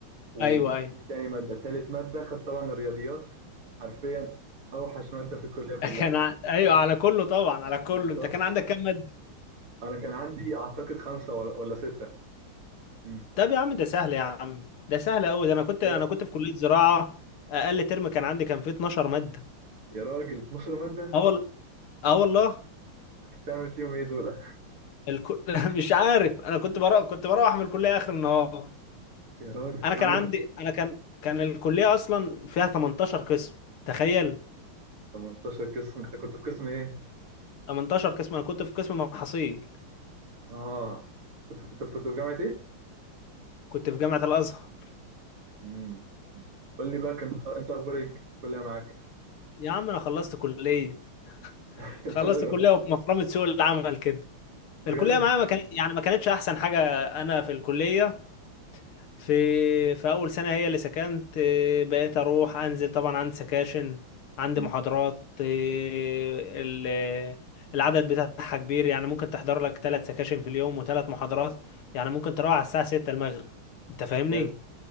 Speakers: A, on the right; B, on the left.
A: ودي
B: ايوه ايوه
A: دي تاني ماده تالت ماده خدت طبعا الرياضيات حرفيا اوحش ماده في الكليه كلها
B: <laughs> كان ع- ايوه على كله طبعا على كله
A: بالظبط
B: انت كان عندك كام
A: انا كان عندي اعتقد خمسه ولا ولا سته مم.
B: طب يا عم ده سهل يا عم ده سهل قوي ده انا كنت
A: هي
B: انا كنت في كلية زراعة اقل ترم كان عندي كان فيه 12 مادة
A: يا راجل 12 مادة
B: اه وال- اه والله
A: بتعمل فيهم ايه دول
B: الكل... <laughs> مش عارف انا كنت بروح كنت بروح من الكلية اخر النهار
A: يا راجل
B: انا
A: كان
B: كان
A: عندك
B: عندي انا كان كان الكلية اصلا فيها 18 قسم تخيل
A: 18 قسم انت كنت في قسم ايه
B: 18 قسم انا كنت في قسم محاصيل
A: اه كنت في- انت كنت في جامعة ايه
B: كنت في جامعة الازهر
A: امم قول لي بقى كان انت اخبار ايه الكلية معاك
B: يا عم انا خلصت كلية
A: <laughs> يا
B: خلصت
A: راجل
B: كلية وفي مفرمة سوق العمل كده
A: بجد
B: الكلية معايا ما كانت يعني ما كانتش احسن حاجة انا في الكلية في في اول سنه هي اللي سكنت آه، بقيت اروح انزل طبعا عندي سكاشن عندي
A: مم.
B: محاضرات آه، ال- آه، العدد بتاعها كبير يعني ممكن تحضر لك ثلاث سكاشن في اليوم وثلاث محاضرات يعني ممكن تروح على الساعه 6 المغرب انت فاهمني
A: بجد